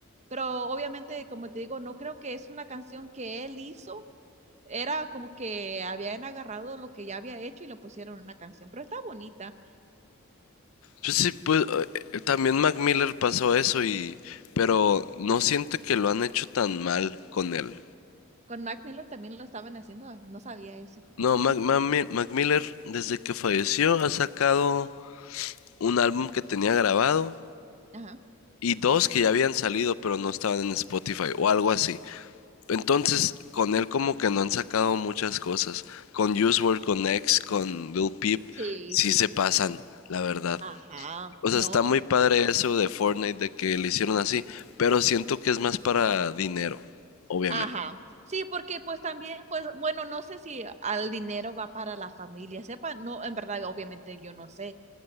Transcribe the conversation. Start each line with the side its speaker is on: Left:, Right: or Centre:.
Right: Pero obviamente, como te digo, no creo que es una canción que él hizo. Era como que habían agarrado lo que ya había hecho y lo pusieron en una canción, pero está bonita.
Left: Pues sí, pues eh, también Mac Miller pasó eso y... Pero no siento que lo han hecho tan mal con él.
Right: Con Mac Miller también lo estaban haciendo, ah, no sabía eso, fíjate.
Left: No, Mac, Mac Mi- Mac Miller desde que falleció ha sacado un álbum que tenía grabado
Right: Ajá.
Left: y dos que ya habían salido pero no estaban en Spotify o algo así. Entonces, con él como que no han sacado muchas cosas. Con Use World, con X, con Lil Peep,
Right: Sí,
Left: sí
Right: sí,
Left: se
Right: sí.
Left: pasan, la verdad.
Right: Ajá.
Left: O sea,
Right: No.
Left: está muy padre eso de Fortnite, de que le hicieron así, pero siento que es más para dinero, obviamente.
Right: Ajá. Sí, porque pues también, pues bueno, no sé si al dinero va para la familia, sepa, no, en verdad, obviamente yo no sé,